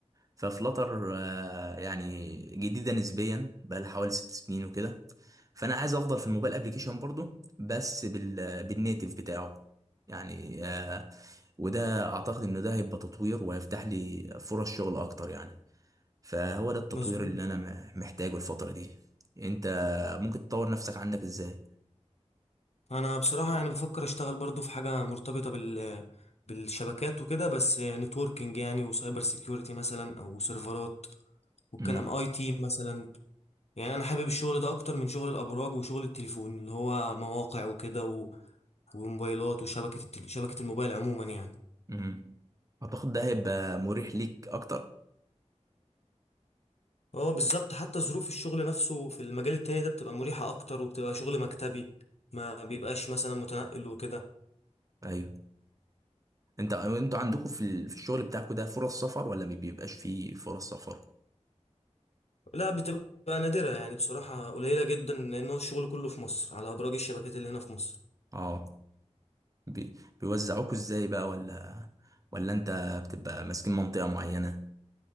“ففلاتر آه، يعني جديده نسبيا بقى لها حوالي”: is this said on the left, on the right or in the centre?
Right